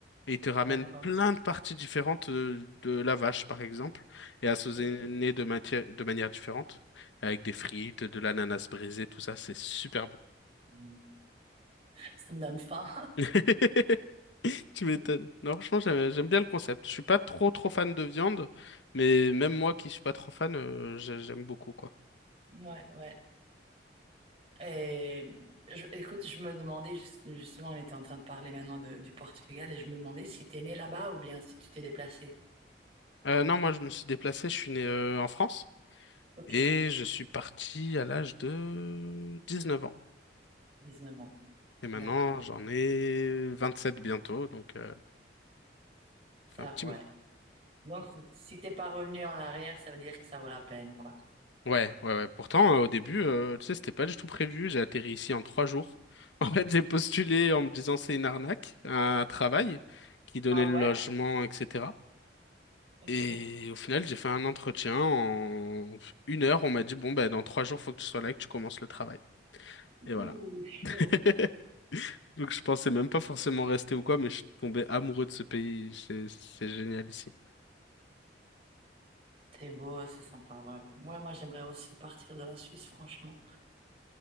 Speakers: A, on the left (about 80°); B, on the right (about 30°).
A: Et ils te ramènent
B: d'accord.
A: plein de parties différentes euh, de, la vache, par exemple, et assaisonnées
B: Ok.
A: de, matière, de manière différente, avec des frites, de l'ananas brisé, tout ça, c'est super bon.
B: Mm. Ça me donne faim.
A: <laughs> Tu m'étonnes.
B: <laughs>
A: Non, franchement, j'aime j'aime bien le concept. Je suis pas trop trop fan de viande, mais même moi qui suis pas trop fan, euh, j'ai- j'aime beaucoup quoi.
B: Ouais, ouais. Et je- écoute, je me demandais, juste- justement, on était en train de parler maintenant de- du Portugal, et je me demandais si t'es né là-bas ou bien si tu t'es déplacé.
A: Euh, non, moi je me suis déplacé, je suis né euh, en France
B: Ok.
A: et je suis parti à l'âge de 19 ans.
B: dix-neuf ans.
A: Et maintenant,
B: D'accord.
A: j'en ai 27 bientôt, donc euh,
B: Ça,
A: ça fait un petit
B: ouais.
A: mot.
B: Donc, si si t'es pas revenu en arrière, ça veut dire que ça vaut la peine, quoi.
A: Ouais, ouais, ouais. Pourtant, euh, au début, euh, tu sais, c'était pas du tout prévu. J'ai atterri ici en trois jours. <laughs> En fait, j'ai postulé en me disant c'est une arnaque, un travail qui donnait
B: Ah
A: le
B: ouais?
A: logement, etc.
B: Ok.
A: Et au final, j'ai fait un entretien. En une heure, on m'a dit, bon, ben, dans trois jours, faut que tu sois là et que tu commences le travail. Et voilà.
B: Ouh, chaud.
A: <laughs> Donc, je pensais même pas forcément rester ou quoi, mais je suis tombé amoureux de ce pays. C'est, c'est génial ici.
B: C'est beau, c'est sympa, ouais. Moi, moi, j'aimerais aussi partir de la Suisse, franchement.